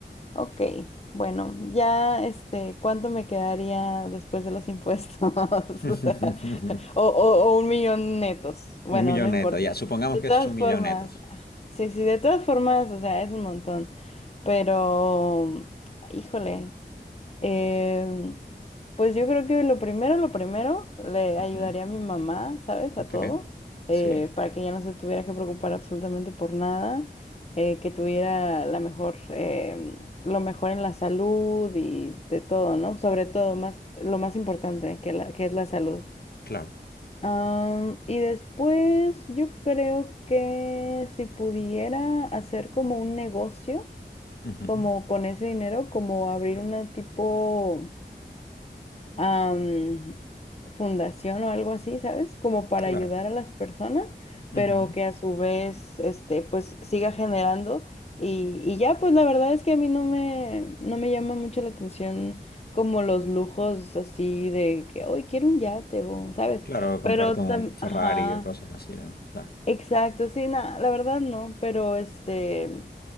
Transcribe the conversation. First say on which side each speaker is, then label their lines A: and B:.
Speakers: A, on the left; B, on the left.
A: Ok, bueno, ya este, ¿cuánto me quedaría después de los impuestos? <laughs>
B: <laughs>
A: O, o, o un millón netos. Bueno,
B: Un millón
A: no importa.
B: neto, ya. Supongamos
A: De
B: que
A: todas
B: es un
A: formas,
B: millón netos.
A: sí, sí, de todas formas, o sea, es un montón. Pero, híjole. Eh, pues yo creo que lo primero, lo primero, le
B: Ujú.
A: ayudaría a mi mamá, ¿sabes?
B: Ok.
A: A todo, eh,
B: Sí,
A: para que ya no se tuviera que preocupar absolutamente por nada, eh, que tuviera la mejor, eh, lo mejor en la salud y de todo, ¿no? Sobre todo, más, lo más importante que, la, que es la salud.
B: claro.
A: Am, y después yo creo que si pudiera hacer como un negocio,
B: Ujú.
A: como con ese dinero, como abrir una tipo am, fundación o algo así, ¿sabes? Como para
B: Claro.
A: ayudar a las personas,
B: Ujú.
A: pero que a su vez, este, pues siga generando. Y, y ya, pues la verdad es que a mí no me, no me llama mucho la atención como los lujos así de que hoy quiero un yate o, ¿sabes?
B: Claro,
A: Pero,
B: comprarte un
A: tam-
B: Ferrari
A: ajá,
B: o cosas así, ¿no? Claro.
A: exacto, sí, nada, la verdad no, pero este...